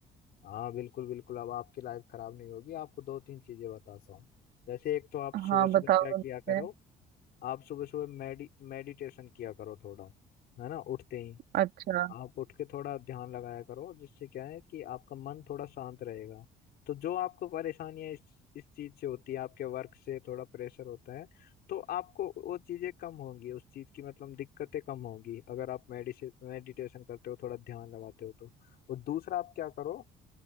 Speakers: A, on the left; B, on the right.
A: हाँ बिल्कुल बिल्कुल अब आपकी लाइफ खराब नहीं होगी आपको दो तीन चीजें बताता हूँ जैसे एक तो आप सुबह
B: हाँ
A: सुबह
B: बताओ
A: क्या किया
B: मुझे
A: करो आप सुबह सुबह मेडि मेडिटेशन किया करो थोड़ा है ना उठते ही
B: अच्छा
A: आप उठ के थोड़ा ध्यान लगाया करो जिससे क्या है कि आपका मन थोड़ा शांत रहेगा तो जो आपको परेशानियां इस इस चीज से होती है आपके वर्क से थोड़ा प्रेशर होता है तो आपको वो चीजें कम होंगी उस चीज की मतलब दिक्कतें कम होंगी अगर आप मेडिसे मेडिटेशन करते हो थोड़ा ध्यान लगाते हो तो और दूसरा आप क्या करो